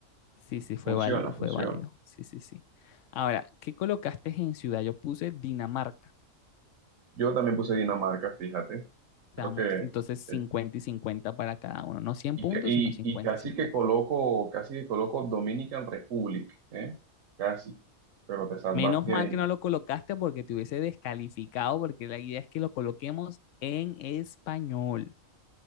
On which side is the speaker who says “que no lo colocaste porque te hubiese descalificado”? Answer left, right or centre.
Left